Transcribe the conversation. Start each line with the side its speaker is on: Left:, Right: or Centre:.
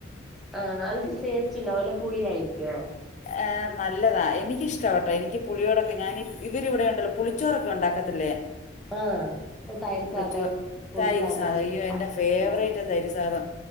Centre: ആഹ് നല്ല ടേസ്റ്റ് ണ്ടാവോ അല്ല പുളിയായിരിക്കോ?
Left: ആഹ് നല്ലതാ എനിക്കിഷ്ടാട്ടൊ എനിക്ക് പുളിയോടൊക്കെ ഞാന് ഇവരിവിടെയ്ണ്ടല്ലോ പുളിച്ചോറൊക്കെ ണ്ടാക്കത്തില്ലേ?
Centre: ആഹ് തൈര്
Left: പുളിചോറ്
Centre: സാദം പുളിസാദം
Left: തൈര് സാധായ്യോ എന്റെ ഫേവറേറ്റ് തൈര്സാധാ